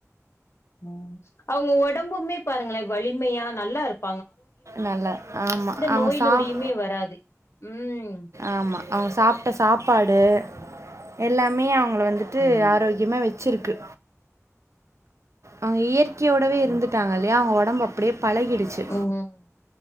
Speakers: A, on the left; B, on the right.
A: ம் அவுங்க உடம்புமே பாருங்களே வலிமயா நல்லா இருக்
B: நல்ல ஆமா அவுங்க
A: நோய்
B: சாப்
A: நொடியுமே வராது ம்
B: ஆமா அவுங்க சாப்ட்ட சாப்பாடு எல்லாமே அவு க வந்துட்டு
A: ம்
B: ஆரோக்கியமா வச் வச்சிருக்கு அங்க இயற் கையோடவே இருந்துட்டாங்க
A: ம்
B: இல்லையா அவங் நம்ம அப்டி பலகிடுச்சு
A: ம்